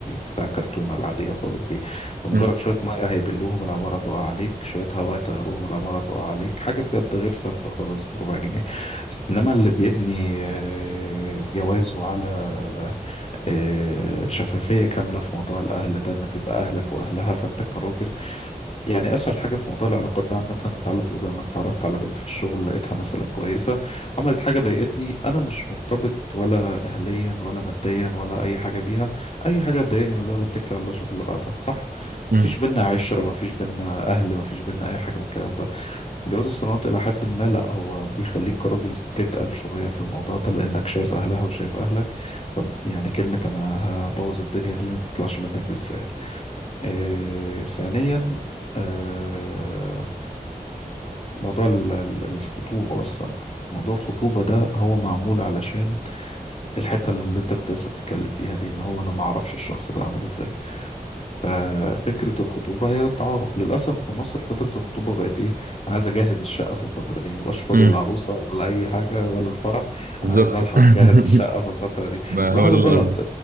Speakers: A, on the left; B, on the right.
A: بتاع الكرتونة العادية خالص دي فمجرد
B: مم.
A: شوية مية هيبلوهم العمارة تقع عليك شوية هواء يطيروهم العمارة تقع عليك حاجة بجد غير ثابتة خالص بربع جنيه انما اللي بيبني آه، جوازه على آه، شفافيه كامله في موضوع الاهل ده ان بيبقى اهلك واهلها فانت كراجل يعني اسهل حاجه في موضوع العلاقات ده عامه تعالى تقول انا اتعرفت على بنت في الشغل لقيتها مثلا كويسه عملت حاجه ضايقتني انا مش مرتبط ولا اهليا ولا ماديا ولا اي حاجه بيها اي حاجه تضايقني ولا اتكل على الله اشوف اللي بعدها صح
B: مم.
A: مفيش بينا عشرة مفيش بينا أهل مفيش بينا أي حاجة من الكلام ده جواز الصالونات إلى حد ما لأ هو بيخليك كراجل تتقل شوية في الموضوع ده لأنك شايف أهلها وشايف أهلك ف يعني كلمة أنا هبوظ الدنيا دي ما بتطلعش منك بالسهل آه ثانيا آه موضوع ال- ال- الخطوبة أصلا موضوع الخطوبة ده هو معمول علشان الحتة اللي انت كنت لسه بتتكلم فيها دي ان هو انا ما اعرفش الشخص ده عامل ازاي ففكرة الخطوبة هي للتعارف للأسف في مصر فترة الخطوبة بقت إيه أنا عايز أجهز الشقة في الفترة دي مبقاش فاضي
B: مم.
A: للعروسة ولا أي حاجة ولا الفرح
B: بالظبط
A: أنا عايز ألحق
B: <laughs>
A: أجهز الشقة في الفترة دي
B: ما
A: وده
B: هو
A: حاجة
B: ده
A: غلط
B: اللي قصدي